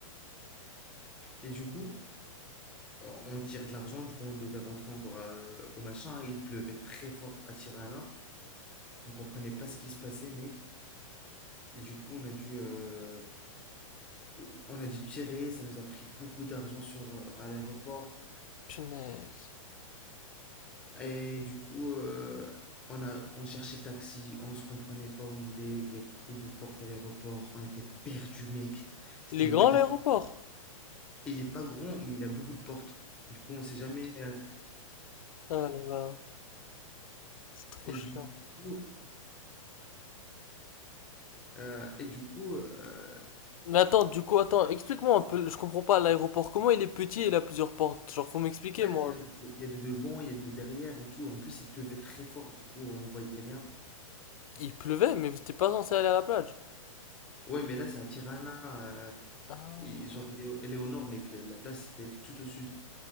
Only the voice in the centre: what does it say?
Et du coup, on on tire de l'argent, du coup, on devait rentrer encore à- au machin. Il pleuvait très fort à Tirana. On comprenait pas ce qui se passait, mec. Et du coup, on a dû, euh, euh, on a dû tirer. Ça nous a pris beaucoup d'argent sur, euh, à l'aéroport.
Et du coup, euh, on a, on cherchait le taxi. On se comprenait pas où il est. Il y a beaucoup de portes à l'aéroport. On était perdus, mec. C'était
une
catastrophe.
Et Il est pas grand, mais il a beaucoup de portes. Du coup, on sait jamais. euh,
et
du coup, euh, et du coup euh,
en
fait, il y a, il y a de devant, il y a de derrière et tout. En plus, il pleuvait très fort. Du coup, on voyait rien.
Ouais, mais là, c'est à Tirana. euh,
et genre, elle est, au elle est au nord, mais que la place était tout au sud.